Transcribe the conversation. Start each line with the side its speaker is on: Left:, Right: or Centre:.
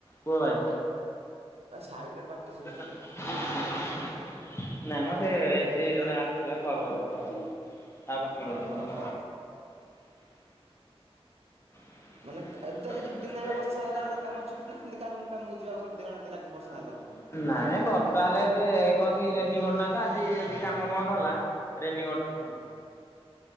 Left: କୁହ ଭାଇ?
Right: ଭାଇ ସାଇଡରେ ପାଟି ଶୁଭୁଛି।
Left: <unintelligible> <inaudible> ନାଇଁମ ସେ ସେ ଜଣେ ଆସିଥିଲେ କଲ କରିଥିଲା ଆଉ। ଆଉ ବାକି
Right: ଓହୋ
Left: ରହେନି <inaudible>
Right: ହୋ
Left: <inaudible>
Right: ମାନେ କା ଯଦି ଦିନେ ଯାକ ବର୍ଷା ହେଲା ବଲେ କାମ ଛୁଟି ନା ଏମିତି କାମ କାମକୁ ଯିବା ଘଣ୍ଟେ ଦି ଘଣ୍ଟା ଦେଲା ବର୍ଷା ହେଲା ବଲେ।
Left: ନାଇଁ ବର୍ଷା ହେଲେ ଏବେ କଣକି ରେନିକୋର୍ଟ ନାହିଁତ ଆଜି ଯଦି କାମ ବନ୍ଦ ହେଲା ରେନିକୋର୍ଟ
Right: ହଁ।